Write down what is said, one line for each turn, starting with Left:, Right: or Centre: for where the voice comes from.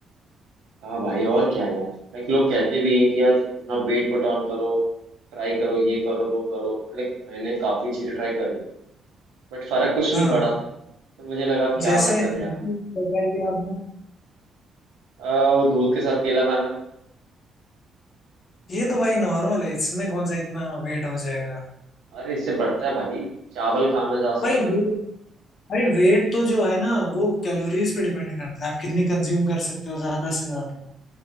Right: हाँ भाई और क्या है यार लाइक लोग कहते भी हैं कि यार अपना वेट को टर्न करो ट्राई करो ये करो वो करो लाइक मैंने काफी चीजें ट्राई कर ली बट फर्क कुछ
Left: हाँ
Right: नहीं पड़ा तो मुझे लगा अब क्या
Left: जैसे
Right: मतलब है यार
Left: बताया कि आपने
Right: आ, वो दूध के साथ केला खाना
Left: ये तो भाई नॉर्मल है इसमें कौन सा इतना वेट हो जाएगा
Right: अरे इससे बढ़ता है भाई चावल खाना ज्यादा से
Left: भाई
Right: ज्यादा
Left: भाई वेट तो जो है ना वो कैलोरीज पे डिपेंड करता है आप कितनी कंज्यूम कर सकते हो ज्यादा से ज्यादा